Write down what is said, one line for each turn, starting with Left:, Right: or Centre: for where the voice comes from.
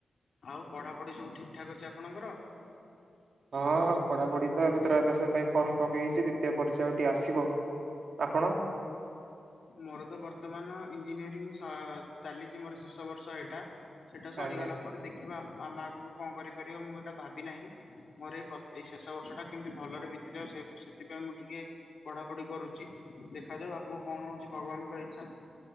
Left: ଆଉ ପଢାପଢି ସବୁ ଠିକଠାକ ଅଛି ଆପଣଙ୍କର?
Right: ହଁ ପଢାପଢି ତ ଏବେ ଆଦର୍ଶ ପାଇଁ ଫର୍ମ ପକେଇଛି ଦ୍ୱିତୀୟ ପର୍ଯ୍ୟାୟଟି ଆସିବ। ଆପଣ?
Left: ମୋର ତ ବର୍ତ୍ତମାନ ଇଞ୍ଜିନିୟରିଂ ଚାଲିଛି ମୋର ଶେଷ ବର୍ଷ ଏଇଟା। ସେଇଟା ସରିଗଲା
Right: ଆଜ୍ଞା
Left: ପରେ ଦେଖିବା ଆମ ଆଗକୁ କଣ କରିପାରିବା ମୁଁ ଏଇଟା ଭାବି ନାହିଁ ମୋର ଏଇ ଶେଷ ବର୍ଷ ଟା କେମିତି ଭଲରେ ବିତିଯାଉ ସେଥିପାଇଁ ମୁଁ ଟିକେ ପଢାପଢି କରୁଛି ଦେଖାଦେବ ଆଗକୁ କଣ ଭଗବାନଙ୍କ ଇଚ୍ଛା